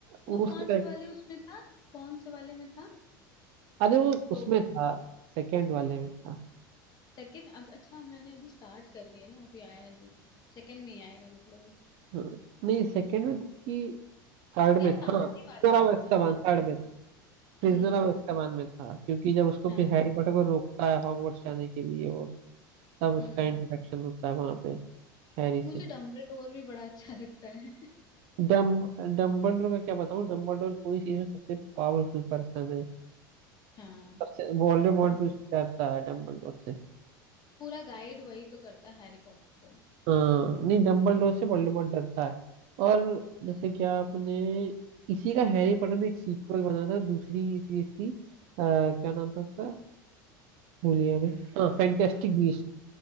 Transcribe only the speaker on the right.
वो
उसका
correct-
अरे वो
उसमें था सेकंड वाले में था
हाँ नहीं सेकंड में था कि थर्ड
में था
हाँ
प्रिजनर
ऑफ एazkaban
थर्ड में प्रिजनर
ऑफ एazkaban में था क्योंकि जब उसको
फिर हैरी पॉटर को रोकता है हॉगवर्ट्स जाने के लिए वो तब उसका
इंटरेक्शन होता है वहां पे हैरी
से
डम डम्बलडोर का क्या बताऊं डम्बलडोर पूरी चीज में सबसे पावरफुल पर्सन है
सबसे वोल्डेमॉर्ट
भी उससे डरता है डम्बलडोर से
हाँ नहीं डम्बलडोर से वोल्डेमॉर्ट डरता है और जैसे कि आपने इसी का हैरी पॉटर में एक सीक्वल बना था दूसरी सीरीज थी आ, क्या नाम था उसका भूल गया मैं हाँ फैंटेस्टिक बीस्ट